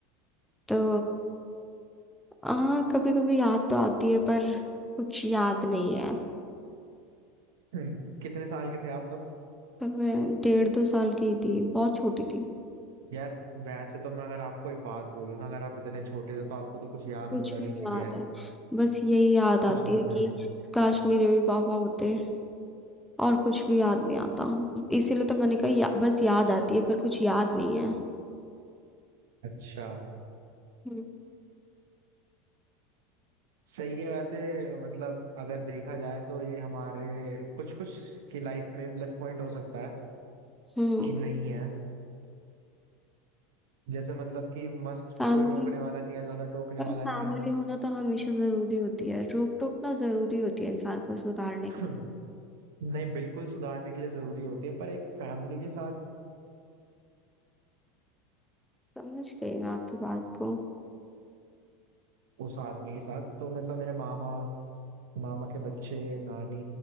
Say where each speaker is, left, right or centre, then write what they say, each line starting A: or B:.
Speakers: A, in the centre; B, on the right (about 80°).
A: तो हाँ कभी कभी याद तो आती है पर कुछ याद नहीं है
B: हम्म, कितने साल के थे आप तब
A: पर मैं डेढ़ दो साल की थी बहुत छोटी थी
B: यार वैसे तो मैं अगर आपको एक बात बोलूँ ना अगर आप इतने छोटे थे तो आपको तो कुछ याद
A: कुछ
B: होना
A: भी
B: नहीं
A: नहीं
B: चाहिए
A: याद है बस यही याद आती
B: कुछ भी
A: है
B: नहीं याद।
A: कि काश मेरे भी पापा होते और कुछ भी याद नहीं आता इसीलिए तो मैंने कहा या, बस याद आती है पर कुछ याद नहीं है
B: अच्छा
A: हम्म
B: सही है वैसे मतलब अगर देखा जाए तो ये हमारे कुछ कुछ की लाइफ में प्लस पॉइंट हो सकता है
A: हम्म,
B: कि नहीं है जैसे मतलब कि मस्त
A: फैमिली
B: कोई रोकने वाला नहीं है ज्यादा टोकने
A: पर
B: वाला नहीं
A: फैमिली
B: है
A: होना तो हमेशा जरूरी होती है रोक टोक ना जरूरी होती है इंसान को सुधारने
B: <clears throat>
A: के लिए
B: नहीं बिल्कुल सुधारने के लिए जरूरी होती है पर एक फैमिली के साथ
A: समझ गई मैं आपकी बात को
B: उस आदमी के साथ तो मतलब मेरे मामा मामा के बच्चे नानी